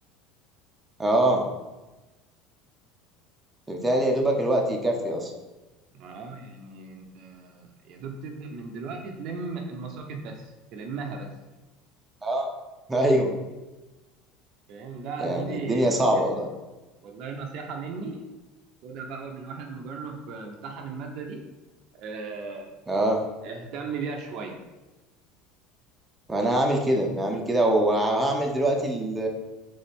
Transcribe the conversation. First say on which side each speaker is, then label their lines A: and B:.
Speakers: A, on the right; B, on the right.
A: أه بالتالي يا دوبك الوقت يكفي أصلا
B: ما اه يعني انت يا دوب تبدا من دلوقتي تلم المساقط بس تلمها بس
A: أه <laughs> أيوه
B: فاهم لا
A: يعني
B: يا زميلي
A: الدنيا
B: نصيحه
A: صعبة والله
B: والله نصيحه مني خدها بقى من واحد مجرب امتحن الماده دي اه،
A: أه
B: اهتم بيها شويه
A: أنا هعمل كده أنا هعمل كده وهعمل دلوقتي ال